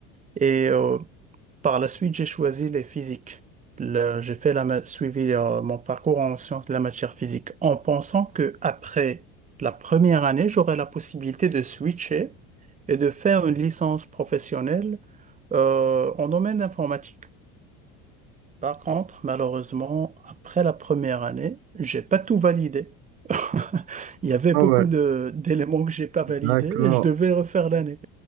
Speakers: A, on the right (about 25°); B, on the right (about 85°).
A: Et euh, par la suite, j'ai choisi les physiques. Le- j'ai fait la, ma- suivi euh, mon parcours en sciences de la matière physique en pensant que après la première année, j'aurais la possibilité de switcher et de faire une licence professionnelle euh, en domaine informatique. Par contre, malheureusement, après la première année, j'ai pas tout validé. <laughs> Il y avait
B: Ah
A: beaucoup
B: ouais,
A: de- d'éléments que j'ai pas validés
B: d'accord.
A: et je devais refaire l'année.